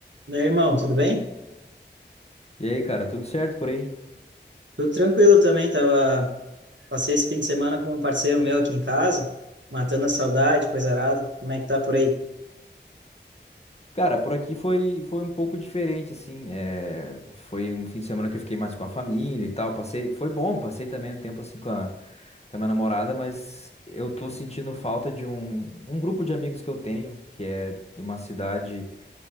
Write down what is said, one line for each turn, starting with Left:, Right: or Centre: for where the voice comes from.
Right: Meu irmão, tudo bem?
Left: E aí, cara, tudo certo por aí?
Right: Tudo tranquilo também, tava... Passei esse fim de semana com um parceiro meu aqui em casa, matando a saudade, coisa arada. Como é que tá por aí?
Left: Cara, por aqui foi, foi um pouco diferente, assim. É, Foi um fim de semana que eu fiquei mais com a família e tal. Passei, foi bom, passei também um tempo assim com a, com a minha namorada, mas eu tô sentindo falta de um, um grupo de amigos que eu tenho, que é de uma cidade,